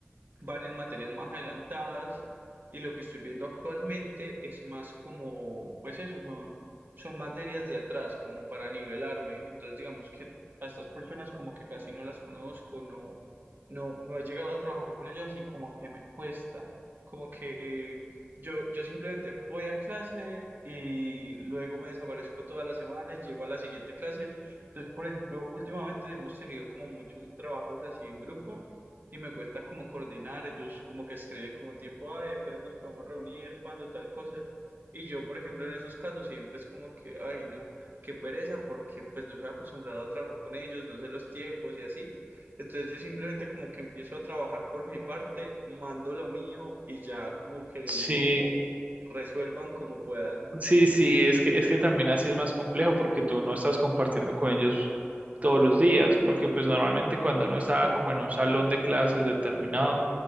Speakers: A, on the right; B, on the right.
A: van en materias más adelantadas y lo que estoy viendo actualmente es más como, pues eso, son, son materias de atrás, como para nivelarme. Entonces, digamos que a estas personas como que casi no las conozco, no, no, no he llegado a trabajar con ellas y como que me cuesta, como que yo, yo simplemente voy a clase y luego me desaparezco toda la semana y llego a la siguiente clase. Entonces, por ejemplo, últimamente hemos tenido como muchos trabajos así en grupo y me cuesta como coordinar, ellos como que escriben como tipo, ay, ¿a qué hora nos podemos reunir? ¿Cuándo? Tal cosa. Y yo, por ejemplo, en esos casos siempre es como que, ay, no, qué pereza, porque pues no estoy acostumbrado a trabajar con ellos, no sé los tiempos y así. Entonces yo simplemente como que empiezo a trabajar por mi parte, mando lo mío y ya como que les
B: Sí,
A: digo como resuelvan como puedan.
B: Sí, sí, es que, es que también así es más complejo porque tú no estás compartiendo con ellos todos los días, porque pues normalmente cuando uno está como en un salón de clases determinado,